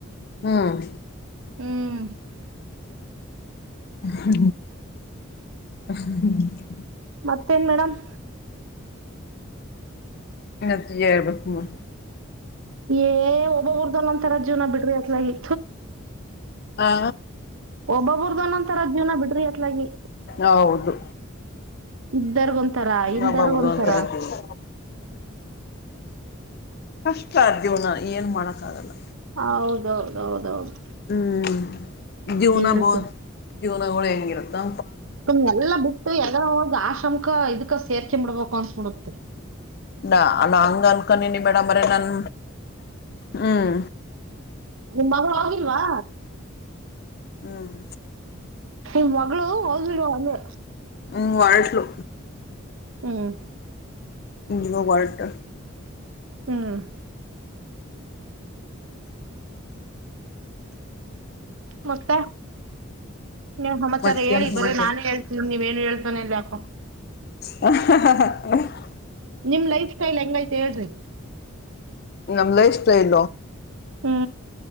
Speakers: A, on the left (about 50°); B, on the right (about 70°).
A: ಹ್ಮ್
B: ಹ್ಮ್
A: ಹ ಹ್ಮ <unintelligible>
B: ಮತ್ತೇನ್ ಮೇಡಮ್
A: ಹೇಳಬೇಕಮ್ಮ
B: ಏ ಒಬ್ಬೊಬ್ಬರದು ಒಂದೊಂದು ತರ ಜೀವನ ಬಿಡ್ರಿ ಅತ್ಲಾಗೆ
A: ಹಾ
B: ಒಬ್ಬೊಬರ್ದುು ಒಂದೊಂತರ ಜೀವನ ಬಿಡ್ರಿ ಅತ್ಲಾಗಿ
A: ಹೌದು
B: ಇದ್ದರ್ಗ ಒಂತರ ಇಲ್ಲ
A: ಒಬ್ಬೊಬ್ರದು
B: ದರ್ಗ ಒಂತರ
A: ಜೀವನ ಕಷ್ಟ ಆದ ಜೀವನ ಏನ್ ಮಾಡಕ್ಕ ಆಗಲ್ಲ
B: ಹ ಹೌದೌದ ಹೌದೌದು
A: ಹ್ಮ್ ಜೀವನ
B: ಹೇಳ್ತೀರ
A: ಬೋ ಜೀವನಗಳು ಹೆಂಗಿರತ್ತಾ
B: ಮ ಎಲ್ಲಾ ಬಿಟ್ಟು ಎಲ್ಲಾದ್ರೂ ಹೋಗಿ ಆಶ್ರಮಕ್ಕಾ ಇದಕ ಸೇರಕೋಬೇಕು ಅನ್ಸ್ಬಿಡತ್ರಿ
A: ನ ಹಂಗ ಅನ್ಕೊಂಡನಿ ಬೇಡ ಮರ ನನ್ ಹ್ಮ್
B: ನಿಮ್ಮ್ ಮಗಳು ಹೋಗಿಲ್ವಾ
A: ಹ್ಮ್
B: ನಿಮ್ ಮಗಳು ಹೋಗಿಲ್ವ ಅಂದೆ
A: ಹ್ಮ್ ಹೊರಟಳು
B: ಹ್ಮ್
A: ಇವಾಗ ಹೊರಟೋ
B: ಹ್ಮ್ ಮತ್ತ ಇನೇನು ಸಮಾಚಾರ
A: ಮತ್ತೇನ್
B: ಹೇಳಿ
A: ಸಮಾಚಾರ
B: ಬರೆ ನಾನೇ ಹೇಳ್ತೀದಿನಿ ನೀವೇನು ಹೇಳ್ತನೆ ಇಲ್ಲ ಯಾಕೋ
A: ಹ ಹ ಹ <unintelligible>
B: ನಿಮ್ ಲೈಫ್ ಸ್ಟೈಲ್ ಎಂಗ್ಯತೆ ಹೇಳ್ರಿ
A: ನಮ್ ಲೈಫ್ ಸ್ಟೈಲ್
B: ಹ್ಮ್